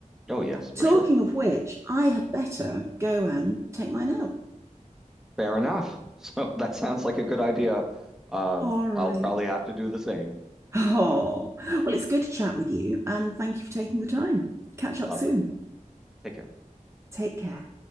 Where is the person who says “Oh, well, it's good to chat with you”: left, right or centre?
Right